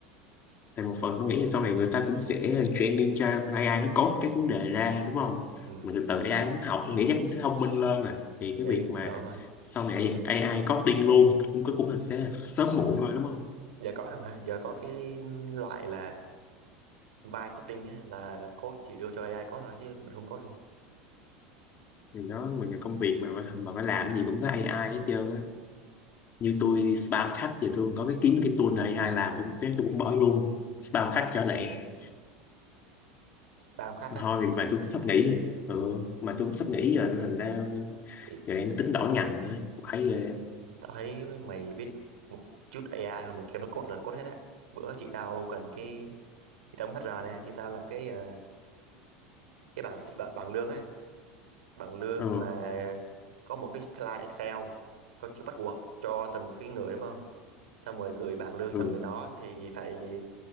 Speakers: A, on the left; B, on the right.
A: tại một phần tôi nghĩ là sau này người ta cũng sẽ training cho AI nó code cái vấn đề ra đúng không
B: ừ
A: mà từ từ AI cũng học tôi nghĩ chắc cũng sẽ thông minh lên à thì cái
B: đấy
A: việc mà
B: đó mà
A: sau này AI coding luôn cũng cũng là sẽ sớm muộn thôi đúng không
B: giờ có rồi mà giờ có cái loại là vibe coding á là code chỉ đưa cho AI code thôi chứ mình không code luôn
A: thì nó mình là công việc mà mà mà phải làm cái gì cũng có AI hết trơn á như tôi đi spam khách giờ tôi có cái kiếm cái tool này AI làm tôi, thế tôi cũng bỏ luôn spam khách trở lại
B: spam khách
A: mà
B: á
A: thôi vì mà tôi sắp nghỉ ừ, mà tôi cũng sắp nghỉ giờ nên thành ra
B: Ý,
A: giờ đang tính đổi ngành nữa phải về
B: tao thấy mày biết một chút AI rồi mày kêu nó code là code hết á bữa chị tao cần cái chị tao cũng HR nè chị tao làm cái ờ, cái bảng bảng lương á bằng lương
A: ừ,
B: mà có một cái file Excel có chữ bắt buộc cho từng cái người đúng không xong rồi gửi bảng lương
A: ừ,
B: cho người đó thì phải